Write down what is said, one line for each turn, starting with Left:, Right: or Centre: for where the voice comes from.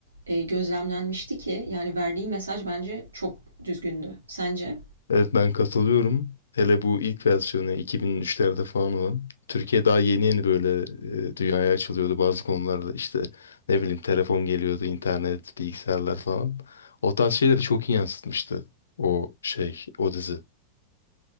Right: e, gözlemlenmişti ki yani verdiği mesaj bence çok düzgündü. Sence?
Left: Evet ben katılıyorum. Hele bu ilk versiyonu 2003'lerde falan olan. Türkiye daha yeni yeni böyle e, dünyaya açılıyordu bazı konularda. işte ne bileyim telefon geliyordu, internet, bilgisayarlar falan. O tarz şeyleri çok iyi yansıtmıştı o şey, o dizi.